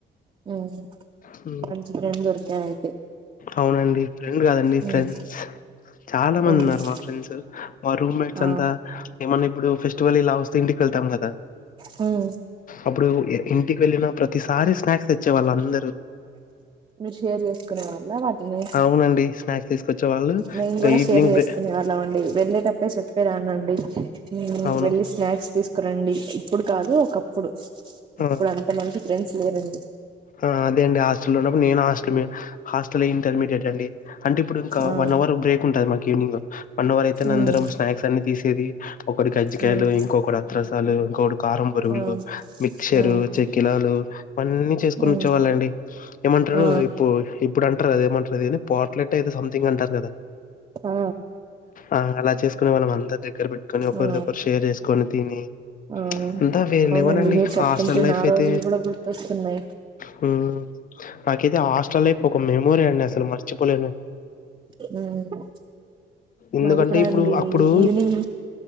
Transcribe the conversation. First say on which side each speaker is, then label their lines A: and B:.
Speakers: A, on the right; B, on the left.
A: హ్మ్
B: హు
A: మంచి ఫ్రెండ్ దొరికారయితే
B: అవునండి ఫ్రెండ్ కాదండి
A: హ్మ్
B: ఫ్రెండ్స్, చాలా
A: ఫ్రెండ్స్
B: మంది ఉన్నారు మా ఫ్రెండ్స్. మా రూమ్ మేట్స్
A: ఆ
B: అంతా, ఏమన్నా ఇప్పుడు ఫెస్టివల్ ఇలా వస్తే ఇంటికి వెళ్తాం కదా
A: హ్మ్
B: అప్పుడు ఎ ఇంటికి వెళ్ళిన ప్రతిసారి స్నాక్స్ తెచ్చే వాళ్ళు అందరూ
A: మీరు షేర్ చేసుకునే వాల్లా వాటిని,
B: అవునండి స్నాక్స్ తీసుకొచ్చే వాళ్ళు
A: నేను
B: ఇంకా
A: కూడా
B: ఈవినింగ్
A: షేర్ చేసుకునే
B: బ్రే
A: వాళ్ళం అండి, వెళ్ళేటప్పుడె చెప్పే దాన్ని అండి
B: అవును
A: వెళ్ళి స్నాక్స్ తీస్. ఒక రండి ఇప్పుడు కాదు ఒకప్పుడు
B: ఆ
A: ఇప్పుడు అంత మంచి ఫ్రెండ్స్ లేరండి
B: ఆ అదే అండి హాస్టల్లో ఉన్నప్పుడు నేను హాస్టల్ మే హాస్టల్ల్లో ఇంటర్మీడియట్ అండి. అంటే ఇప్పుడు ఇంకా
A: ఆ
B: వన్ అవర్ బ్రేక్ ఉంటది మాక్ ఈవీనింగ్. హ్ వనవర్ అయితేనే
A: హ్మ్
B: అందరం స్నాక్స్ అన్ని తీసేది ఒకడు కజ్జికాయలు
A: హ్మ్
B: ఇంకొకడు అత్రసాలు గోడు కారం బోరుగులు
A: ఆ
B: మిక్చర్
A: హ్మ్
B: చెక్కిలాలు అన్నీ చేస్
A: హ్మ్
B: కూర్చోవాలండీ ఏమంటారు
A: ఆ
B: ఇప్పుడు ఇప్పుడు అంటారు కదా ఏమంటారు పోట్లెట్ అయితే సంథింగ్ అంటారు కదా
A: ఆ
B: ఆ అలా చేసుకునే వాళ్ళం అంద్ అంత దగ్గర పెట్టుకొని ఒకరిది,
A: ఆ ఆ
B: ఒకరు షేర్ చేసుకొని తిని,
A: ఆ
B: అంతా వేర్
A: అవునండి
B: లెవెల్ అండి
A: మీరు చెప్తుంటే
B: హాస్టల్ లైఫ్
A: నా
B: అయితే.
A: రోజులు కూడా గుర్తొస్తున్నాయి
B: హూ నాకైతే ఆ హాస్టల్ లైఫ్ ఒక మెమోరీ అండి అసలు మర్చిపోలేను
A: హ్మ్
B: ఎందుకంటే
A: మాది కూడ
B: ఇప్పుడు
A: అండి
B: అప్పుడు
A: ఈవినింగ్